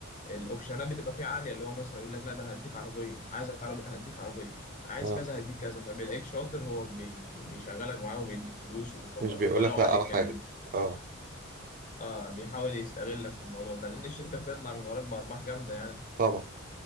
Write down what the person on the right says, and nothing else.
أه
مش بيقولك
لأ
على حاجة
أه
طبعا